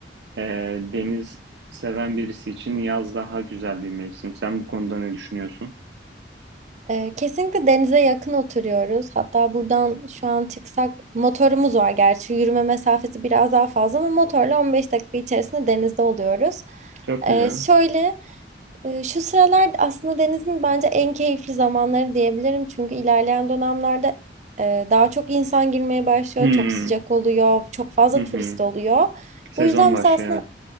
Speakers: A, on the right (about 80°); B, on the right (about 40°).
A: e, deniz seven birisi için yaz daha güzel bir mevsim. Sen bu konuda ne düşünüyorsun?
B: Ee, kesinlikle denize yakın oturuyoruz. Hatta buradan şu an çıksak motorumuz var gerçi. Yürüme mesafesi biraz daha fazla ama motorla 15 dakika içerisinde denizde oluyoruz.
A: Çok güzel.
B: Ee, şöyle e, şu sıralar aslında denizin bence en keyifli zamanları diyebilirim. Çünkü ilerleyen dönemlerde e, daha çok insan girmeye başlıyor.
A: Hmm.
B: Çok sıcak oluyor. Çok fazla
A: Hı
B: turist
A: hı.
B: oluyor.
A: Sezon
B: Bu yüzden
A: başlıyor.
B: biz aslında
A: evet.